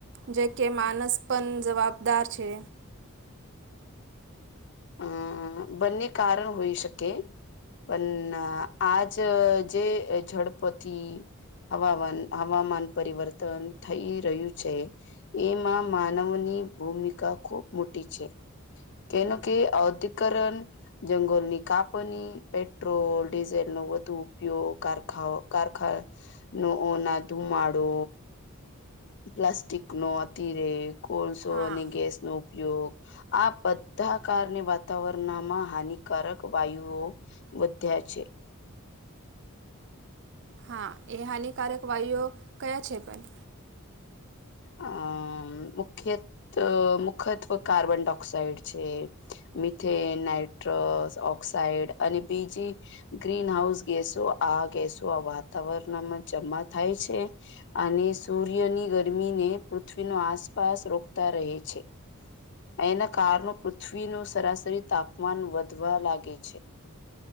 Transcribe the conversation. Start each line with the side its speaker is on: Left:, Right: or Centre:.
Right: જે કે માનસ પણ જવાબદાર છે
Left: અમ બંને કારણ હોઈ શકે પણ આજ જે ઝડપતિ હવામાન હવામાન પરિવર્તન થઈ રહ્યું છે એમાં માનવની ની ભૂમિકા ખૂબ મોટી છે કેમ કે અધિકરણ જંગલની કાપની પેટ્રોલ ડીઝલ નો વધુ ઉપ ઉપયોગ કરખા કારખા કારખા નો ના ધુમાડો પ્લાસ્ટિક નો અતિરે કોલસો
Right: હા.
Left: અને ગેસ નો ઉપયોગ આ બધા કારણે વાતાવરણમાં હાનિકારક વાયુઓ વધ્યા છે
Right: હા એ હાનિકારક વાયુઓ કયા છે પણ
Left: અમ મુખ્ય મુખત્વ કાર્બન ડાયોક્સાઇડ છે મિથેન નાઇટ્રો ઓક્સાઇડ અને બીજી ગ્રીન હાઉસ ગેસો આ ગેસો આ વાતાવરણ વાતાવરણમાં જમા થાય છે અને સૂર્યની ગરમી ગરમીને પૃથ્વીનો આસપાસ રોકતા રહે છે એના કારણે પૃથ્વીનું સરાસરી તાપમાન વધવા લાગે છે